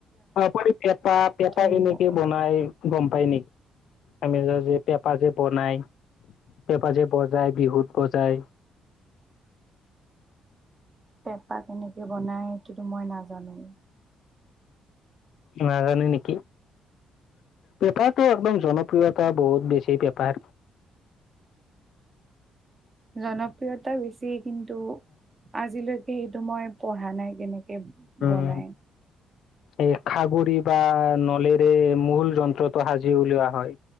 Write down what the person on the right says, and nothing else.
এইবিলাক
পেঁপা কেনেকে বনায় সেইটোটো মই নাজানো।
জনপ্ৰিয়তা বেছি কিন্তু আজিলৈকে সেইটো মই পঢ়া নাই কেনেকে।
বনায়।